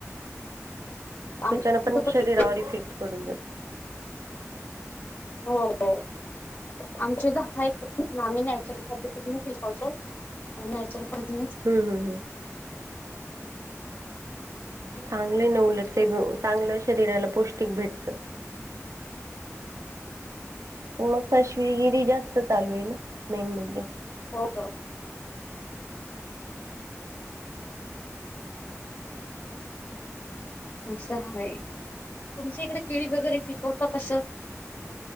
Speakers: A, on the left (about 45°); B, on the right (about 80°).
A: आम्ही
B: त्याच्यान पण शरीरावर इफेक्ट पडून जातो
A: हो आमची सुद्धा हाम नाहीच्यातो नॅचरल पधि
B: हम्म हम्म हम्म चांगलं न उलट ते चांगलं शरीराला पौष्टिक भेटत पण मग पश्वीगिरी जास्त चालू आहे ना मेन म्हणजे
A: हो असं आहेा तुमच्या इकडे केिळी वगैरे पिकवता कसं